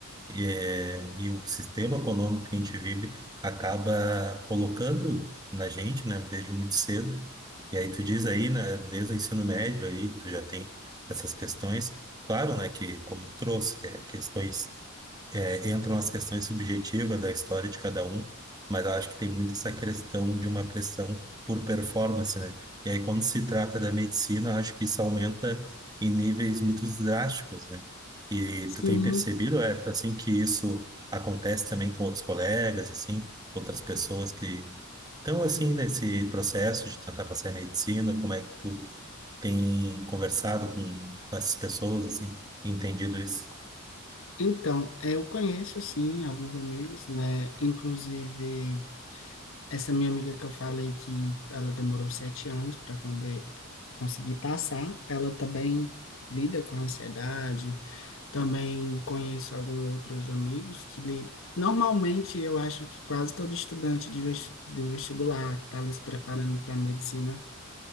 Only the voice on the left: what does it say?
Sim.
Então, eh, eu conheço, sim, alguns amigos, né? Inclusive. Essa minha amiga que eu falei que ela demorou sete anos para conseguir passar, ela também lida com ansiedade. Também conheço alguns outros amigos que li... Normalmente, eu acho que quase todo estudante de vesti- de vestibular que está ali se preparando para medicina